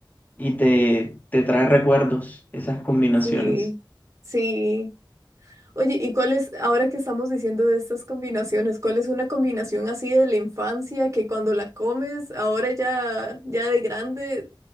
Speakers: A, on the left (about 20°); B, on the right (about 40°).
A: y te, te trae recuerdos, esas combinaciones.
B: Sí, sí. Oye, ¿y cuál es, ahora que estamos diciendo de estas combinaciones, cuál es una combinación así de la infancia que cuando la comes, ahora ya, ya de grande,